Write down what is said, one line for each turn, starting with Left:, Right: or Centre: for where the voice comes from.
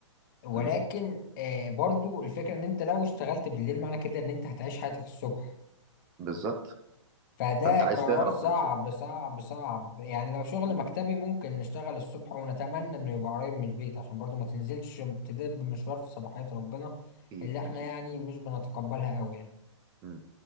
Left: ولكن
Right: مم.
Left: آه، برضو الفكرة ان انت لو اشتغلت بالليل معنى كده ان انت هتعيش حياتك الصبح
Right: بالظبط
Left: فده
Right: فانت عايز
Left: قرار
Right: تهرب
Left: صعب
Right: من الصبح
Left: صعب صعب يعني لو شغل
Right: مم.
Left: مكتبي ممكن نشتغل الصبح ونتمنى انه يبقى قريب من البيت عشان برضو ما تنزلش تدب مشوار في صباحية ربنا
Right: اكيد
Left: اللي احنا
Right: اكيد
Left: يعني مش بنتقبلها قوي يعني
Right: مم.